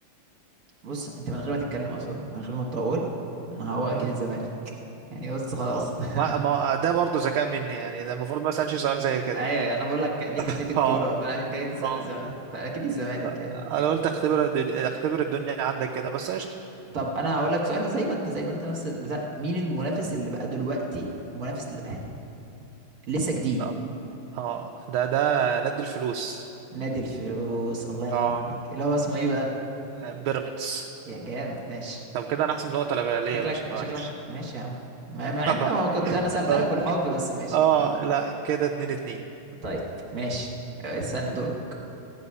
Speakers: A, on the right; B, on the right.
A: بص انت من غير ما تتكلم اصلا من غير ما تطول ما هو اكيد
B: مم.
A: الزمالك يعني بص خلاص
B: اه ما ما
A: <laughs>
B: ده برضو ذكاء مني يعني ده المفروض ما اسالش سؤال زي كده
A: ايوه انا بقول لك دي
B: <laughs>
A: حتتي الكوره
B: اه
A: فانا جاي تسال
B: اه
A: الزمالك فاكيد الزمالك يعني
B: انا قلت اختبر اختبر الدنيا عندك كده بس قشطه
A: طب انا هقول لك سؤال زي ما انت زي ما انت نفس البتاع مين المنافس اللي بقى دلوقتي منافس للاهلي لسه جديد
B: طب. اه ده ده نادي الفلوس
A: نادي الفلوس الله ينور
B: اه
A: عليك اللي هو اسمه ايه بقى
B: بيراميدز
A: يا جامد ماشي
B: طب كده انا احسب نقطه ليا ليا
A: شكلك
B: يا باشا معلش
A: شكلك ماشي يا عم مع
B: <laughs>
A: مع اني ما كنت انا سالت
B: اه
A: لك بالحب بس ماشي
B: اه
A: انا
B: لا كده اتنين اتنين
A: طيب ماشي اسالني دورك